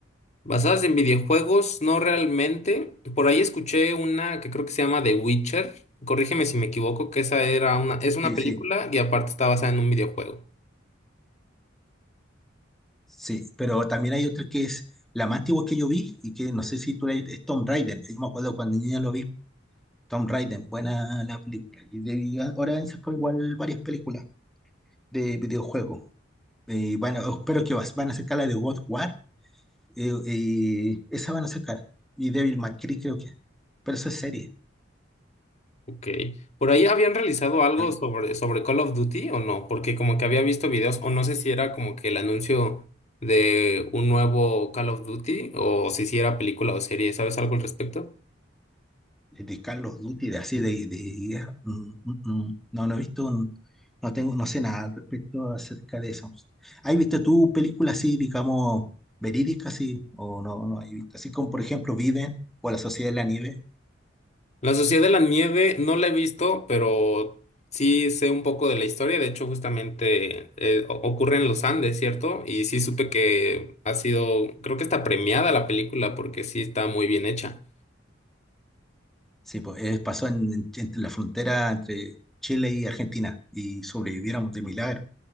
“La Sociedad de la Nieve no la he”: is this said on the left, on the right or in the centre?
Left